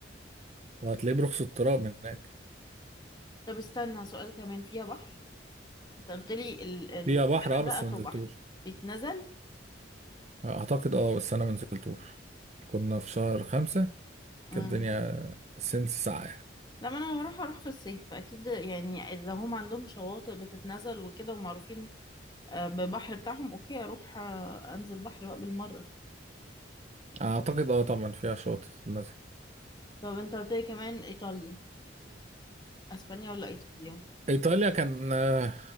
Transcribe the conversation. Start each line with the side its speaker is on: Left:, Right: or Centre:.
Right: وهتلاقيه برخص التراب هناك
Left: طب استنى سؤال كمان فيها بحر انت قلت لي ال ال الجبل
Right: فيها بحر اه بس
Left: ده اخره
Right: ما نزلتوش
Left: بحر بيتنزل
Right: اعتقد اه بس انا منزلتوش كنا في شهر خمسة
Left: امم
Right: كانت الدنيا سنس ساعة يعني.
Left: لما انا هروح هروح في الصيف اكيد يعني لو هم عندهم شواطئ بتتنزل وكده ومعروفين آه، ببحر بتاعهم اوكي اروح آه، انزل بحر بقى بالمره
Right: اعتقد اه طبعا فيها شواطئ المسجد
Left: طب انت قلت لي كمان ايطاليا اسبانيا ولا ايطاليا
Right: ايطاليا كان آه،